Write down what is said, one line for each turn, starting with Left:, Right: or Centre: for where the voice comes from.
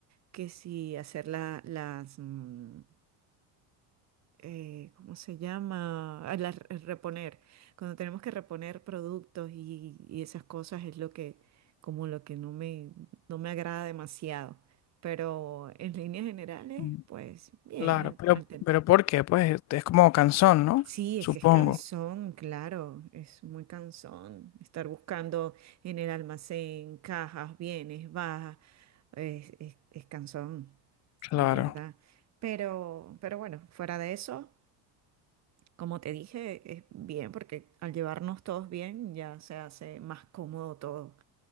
Right: que si hacer la- las, mm, eh, ¿cómo se llama? Ah, la- el reponer. Cuando tenemos que reponer productos y, y esas cosas es lo que, como lo que no me, no me agrada demasiado. Pero en líneas generales,
Left: Mm,
Right: pues bien.
Left: Claro,
Right: al-
Left: pero,
Right: al ten-
Left: pero ¿por qué? Pues este, es como cansón, ¿no?
Right: Sí, es
Left: Supongo.
Right: que es cansón, claro, es muy cansón estar buscando en el almacén cajas, bienes, bajas, es, es, es cansón,
Left: Claro,
Right: la verdad. Pero, pero bueno, fuera de eso. Como te dije, es bien porque al llevarnos todos bien ya se hace más cómodo todo.